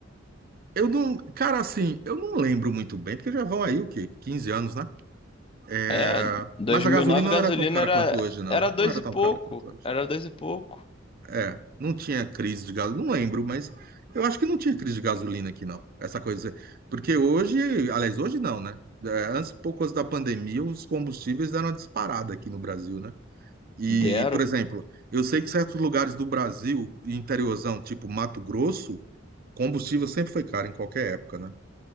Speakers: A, on the right; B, on the left.
A: Eu não. Cara, assim, eu não lembro muito bem, porque já vão aí o quê? quinze anos, né? É,
B: É, dois
A: Mas a
B: mil
A: gasolina
B: e nove gasolina
A: não era tão cara
B: era
A: quanto hoje, não.
B: era dois
A: Não era
B: e
A: tão
B: pouco,
A: cara quanto hoje.
B: era dois e pouco.
A: É, é. Não tinha crise de gasolina. Não lembro, mas eu acho que não tinha crise de gasolina aqui, não. Essa coisa. Porque hoje, aliás, hoje não, né? É, antes, pouco antes da pandemia, os combustíveis deram uma disparada aqui no Brasil, né? E,
B: Dero?
A: por exemplo, eu sei que certos lugares do Brasil, interiorzão, tipo Mato Grosso, combustível sempre foi caro em qualquer época, né?